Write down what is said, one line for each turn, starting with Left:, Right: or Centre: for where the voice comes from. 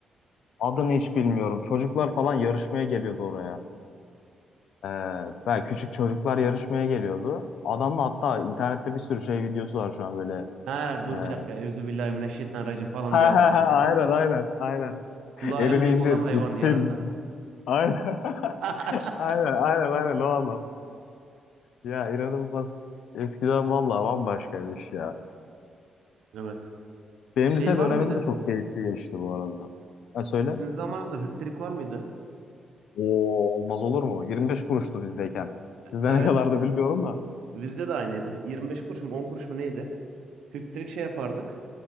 Left: Adını hiç bilmiyorum. Çocuklar falan yarışmaya geliyordu oraya. Ee, belki küçük çocuklar yarışmaya geliyordu. Adamla hatta internette bir sürü şey videosu var şu an böyle.
Right: Ha dur
Left: Ee,
Right: bir dakika. Evzubillahimineşşeytanirracim falan
Left: <laughs> ha,
Right: diye adam
Left: ha, ha,
Right: böyle.
Left: <laughs> aynen aynen aynen.
Right: Kulağı
Left: Elini
Right: en büyük
Left: indir
Right: olan hayvan
Left: bitsin.
Right: yarasa.
Left: Aynen. <laughs>
Right: <laughs>
Left: Aynen aynen aynen o adam. Ya inanılmaz. Eskiden vallahi bambaşkaymış ya.
Right: Evet.
Left: Benim
Right: Şey
Left: lise
Right: var
Left: dönemim
Right: mıydı
Left: de çok keyifli geçti bu arada. Ha söyle.
Right: Sizin zamanınızda hüptrik var mıydı?
Left: Oo, olmaz olur mu? 25 kuruştu bizdeyken. Sizde
Right: Evet.
Left: ne kadar da bilmiyorum da.
Right: Bizde de aynıydı. 25 kuruş mu 10 kuruş mu neydi? Hüptrik şey yapardık.